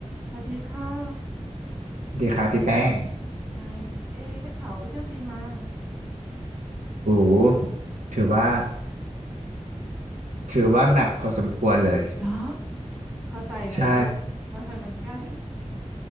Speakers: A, on the right; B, on the right.
A: สวัสดีค่ะ
B: ดีครับพี่แป้ง
A: ไงเอ๊ะได้ข่าวว่าไปเที่ยวจีนมา
B: โอ้โหถือว่า ถือว่าหนักพอสมควรเลย
A: เหรอเข้าใจเลยเพราะมาเหมือนกัน
B: ใช่